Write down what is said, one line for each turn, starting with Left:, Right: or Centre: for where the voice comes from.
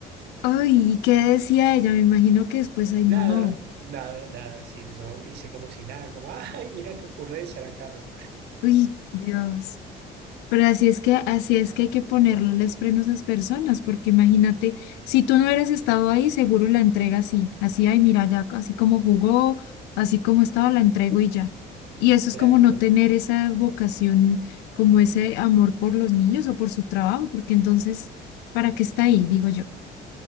Left: Ay, ¿y qué decía ella? Me imagino que después, ay,
Right: Nada,
Left: no, no.
Right: nada, nada, sí, yo hice como si nada, como, ay, mira qué ocurrencia la Carla.
Left: Uy, Dios. Pero así es que, así es que hay que ponerles frenos a esas personas, porque imagínate, si tú no hubieras estado ahí, seguro la entrega así, así, ay, mira, ya, así como jugó, así como estaba, la entrego y ya. Y eso es
Right: Claro,
Left: como no
Right: pero
Left: tener esa vocación, como ese amor por los niños o por su trabajo, porque entonces, ¿para qué está ahí? Digo yo.